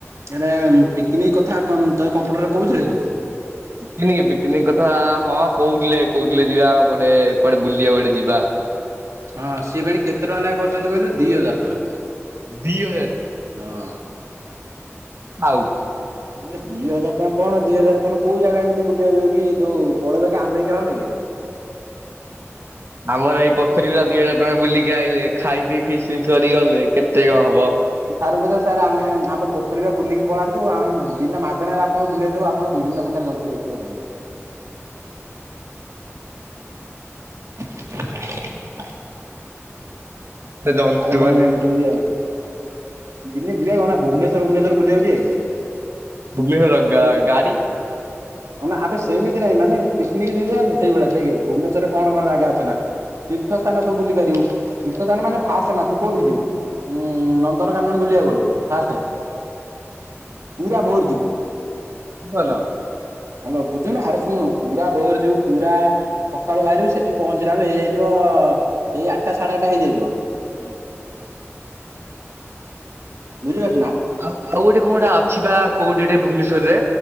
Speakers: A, on the right (about 80°); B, on the right (about 55°).
A: ଏରା ପିକନିକ କଥା ତମ ତ କମ୍ପ୍ୟୁଟରରେ କହୁଥିଲେ କି?
B: ପିକନିକ ପିକନିକ କଥା ହଁ କହୁଥିଲେ କହୁଥିଲେ ଯିବା ଆମେ କୁଆଡ଼େ କୁଆଡେ ବୁଲିବାକୁ ଗୋଟେ ଯିବା।
A: ହଁ ସିଏ ଫେଣି କେତେ ଟଙ୍କା ନେଖାଁ କରିଛନ୍ତି କହିଲୁ ଦି ହଜାର ଟଙ୍କା।
B: ଦି ହଜାର!
A: ହଁ।
B: ଥାଉ।
A: ଗୋଟେ ଦି ହଜାର ଟଙ୍କା କଣ ଦି ହଜାର ତମ କୋଉ ଜାଗା ଏମିତି ବୁଲିବାକୁ ଯିବକି ଯୋଉ ପଳେଇବ କି ଆମେରିକା ଫାମେରିକା।
B: <unintelligible> ଆମର ଏଇ ପୋଖରୀ ପୁରା ଦିଇ ହଜାର ଟଙ୍କା ବୁଲିକି ଆଇଲେ ଖାଇ ପିଇ ଫିଷ୍ଟ ଫିଷ୍ଟ କରିକି ଗଲେ କେ ତେ କଣ ହବ।
A: ସାର୍ ଙ୍କୁ କହିଦେ ସାର୍ ଆମେ ଆମ ପୋଖରୀରେ ବୁଲିକି ପଳାନ୍ତୁ ଆମେ ବିନା ମାଗଣାରେ ଆପଣଙ୍କୁ ବୁଲେଇ ଦେବୁ ଆପଣ ବିଭିନ୍ନ ପ୍ରକା ର ଜନ୍ତୁ ଦେଖିବାକୁ ପାଇବେ।
B: <inaudible>
A: <inaudible>
B: ଜନ୍ତୁ
A: ଆଉ ତମ
B: ମାନେ
A: ଯୋଉ ଇଏ ଦିନେ ଯିବା କଣନା ଭୁବନେଶ୍ୱର ଭୁବନେଶ୍ୱର ବୁଲିଆକୁ ଯିବା କି!
B: ଭୁବନେଶ୍ୱର ଗା ଗାଡି
A: ଅନା ଆବେ ସେମିତି ନାଇଁ ମାନେ ପିକନିକ୍ ଯେମିତି ଯାଉନୁ ସେଇଭଳିଆ ଦେଖ୍ ଭୁବନେଶ୍ୱରରେ କଣ କଣ ଜାଗା ଅଛି ନା ତୀର୍ଥ ସ୍ଥାନ ସବୁ ବୁଲି ପାରିବୁ ତୀର୍ଥ ସ୍ଥାନ ମାନେ ଫାଷ୍ଟ ଅନା ତୁ କୋଉଠିକି ଯିବୁ? ଉଁ ନନ୍ଦନକାନନ ବୁଲିଆକୁ ଗଲୁ ଫାଷ୍ଟେ
B: ହୁଁ
A: ପୁରା ଭୋର ଯିବୁ
B: <inaudible>
A: ହାଲୋ ବୁଝୁନୁ ଆରେ ଶୁଣୁ ପୁରା ଭୋର ଯିବୁ ପୁରା ସକାଳୁ ବାହାରିବୁ ସେଠି ପହଞ୍ଚ ଞ୍ଚିଲା ବେଳକୁ ହେଇଯାଇଥିବ ସେଇ ଆଠଟା ସାଢେ ଆଠଟା ହେଇଯାଇଥିବ
B: ହୁଁ।
A: ବୁଝିପାର
B: ଆଉ ଆଉ ଗୋଟେ କଣ ଗୋଟେ ଅଛି ବା କୋଉଠି ଗୋଟେ ଭୁବନେଶ୍ଵରରେ?